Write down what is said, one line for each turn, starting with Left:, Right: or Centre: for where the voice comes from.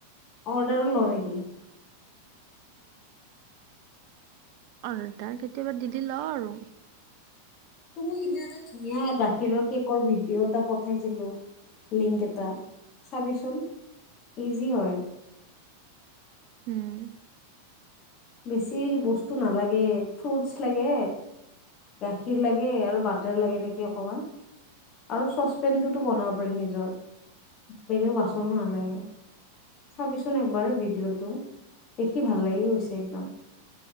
Left: অৰ্ডাৰো ল নেকি?
Right: অৰ্ডাৰ কেতিয়াবা দি দিল লও আৰু
Left: ত সেইদিনা তাত ধুনীয়া গাখীৰৰ কেকৰ ভিডিঅ' এটা পঠাইছিলো। লিংক এটা চাবিচোন ইজি হয়।
Right: উম।
Left: বেছি বস্তু নালাগে ফ্ৰুটচ লাগে গাখীৰ লাগে আৰু বাটাৰ লাগে নেকি অকমান আৰু চচপেনটোতো বনাব পাৰি নিজৰ। বেলেগ বাচনো
Right: অ
Left: নালাগে। চাবিচোন একবাৰ ভিডিঅ'তটো দেখি ভাল লাগি গৈ হৈছে একদম